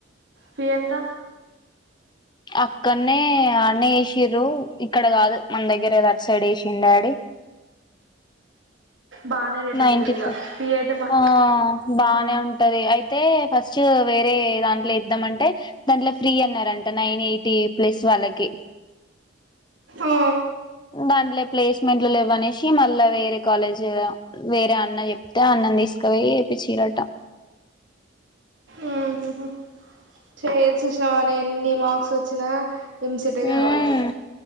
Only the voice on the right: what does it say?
ఫీ ఎంత?
బానే రేట్
అయితది ఇగ
ఫీ అయితే మా
ఆ
ఆ
ఆహాహా. చేయ్ చూశినవానే ఎన్ని మార్క్స్ వచ్చినా ఎంసెటే
కావాలే.